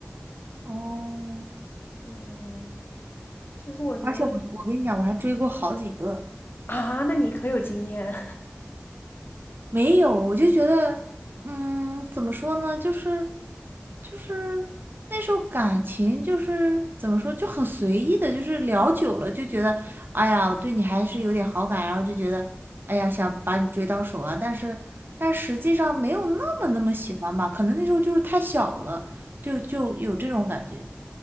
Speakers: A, on the right; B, on the left.
A: 哦。
B: 嗯，其实我觉得
A: 而且我我跟你讲，我还追过好几个，
B: 啊，那你可有经验。
A: 没有，我就觉得，嗯，怎么说呢，就是就是那时候感情就是怎么说，就很随意的，就是聊久了就觉得，哎呀，我对你还是有点好感，然后就觉得，哎呀，想把你追到手啊，但是但实际上没有那么那么喜欢吧，可能那时候就是太小了，就就有这种感觉。